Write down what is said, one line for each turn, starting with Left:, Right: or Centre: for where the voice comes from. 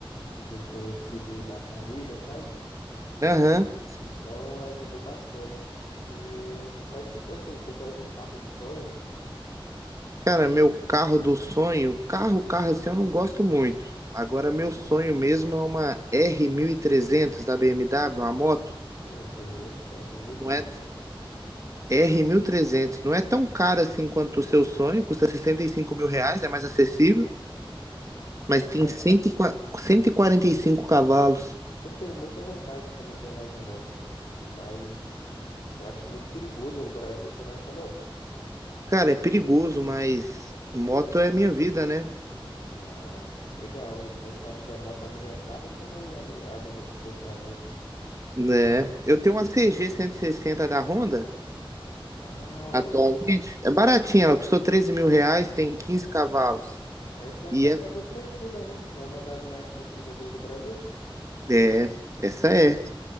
Left: de um conhecido da família, sabe?
Right: Aham.
Left: Então ajudou bastante. E, mas assim, você tem algum carro de sonho?
Right: Cara, meu carro do sonho, carro, carro assim eu não gosto muito. Agora,
Left: Uhum.
Right: meu sonho mesmo é uma r mil e trezentos da BMW, uma moto.
Left: Não conheço, r mil e
Right: Não
Left: trezentos
Right: é. r mil e trezentos não é tão caro assim quanto o seu sonho, custa 65 mil reais, é mais acessível,
Left: Cara,
Right: mas tem
Left: mas
Right: cento e qua- 145 cavalos.
Left: eu tenho muita vontade também de andar de moto, mas eu acho muito perigoso no Brasil, você não acha não?
Right: Cara, é perigoso, mas moto é minha vida, né?
Left: Ah, legal. Então sua vida é moto, a minha é carro, estamos ali alinhado nos pensamentos.
Right: Né? Eu tenho uma CG sessenta da Honda
Left: Ah,
Right: atualmente, é baratinha, ela custou 13 mil reais, tem 15 cavalos.
Left: Essa é,
Right: E
Left: essa
Right: essa
Left: é muito conhecida, né? É uma das mais conhecidas aí do Brasil.
Right: é, essa é.